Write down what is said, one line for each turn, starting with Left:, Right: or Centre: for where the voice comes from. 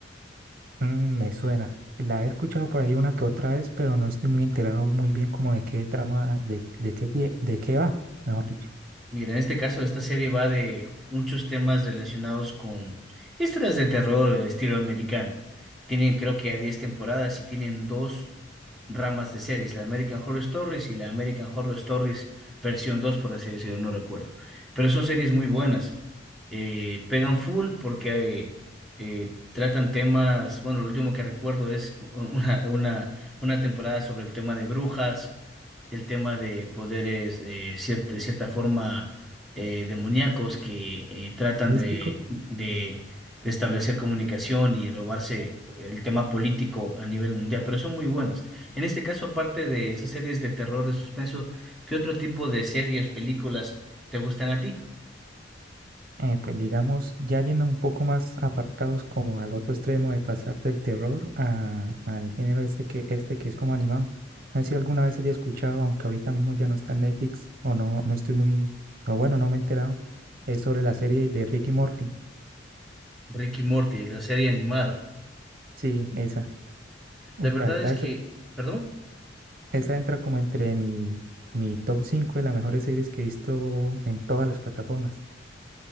Right: Mm, me suena. La he escuchado por ahí una que otra vez, pero no estoy muy enterado muy bien como de qué trama, de, de qué, pie- de qué va, mejor dicho.
Centre: Mira, en este caso, esta serie va de muchos temas relacionados con historias de terror del estilo americano. Tienen, creo que, a 10 temporadas y tienen dos ramas de series, la American Horror Stories y la American Horror Stories versión dos por así decirlo, no recuerdo. Pero son series muy buenas. Eh, pegan full porque eh, eh, tratan temas, bueno, lo último que recuerdo es una, una, una temporada sobre el tema de brujas el tema de poderes eh, cier- de cierta forma eh, demoníacos que eh, tratan
Right: místico.
Centre: de, de- de establecer comunicación y robarse el tema político a nivel mundial, pero son muy buenas. En este caso, aparte de esas series de terror, de suspenso, ¿qué otro tipo de series, películas te gustan a ti?
Right: Eh, pues digamos, ya yendo un poco más apartados como al otro extremo de pasar del terror a- al género este que, este que es como animado. No sé si alguna vez haya escuchado, aunque ahorita mismo ya no está en Netflix o no, no estoy muy, o bueno, no me he enterado, es sobre la serie de Rick y Morty.
Centre: Ricky y Morty, la serie animada.
Right: Sí, esa. Uy,
Centre: La verdad
Right: la verdad,
Centre: es que,
Right: esa,
Centre: perdón,
Right: esa entra como entre mi, mi top 5 de las mejores series que he visto en todas las plataformas.